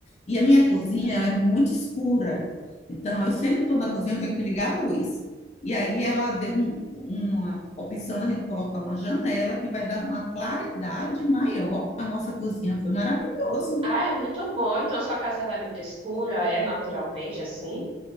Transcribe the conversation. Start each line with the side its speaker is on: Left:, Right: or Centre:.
Left: E a minha cozinha, ela é muito escura. Então, eu sempre estou na cozinha, eu tenho que ligar a luz. E aí ela deu um- uma opção da gente colocar uma janela que vai dar uma claridade maior à nossa cozinha. Foi maravilhoso.
Right: Ah, é muito bom, então sua casa ela é muito escura, é naturalmente assim?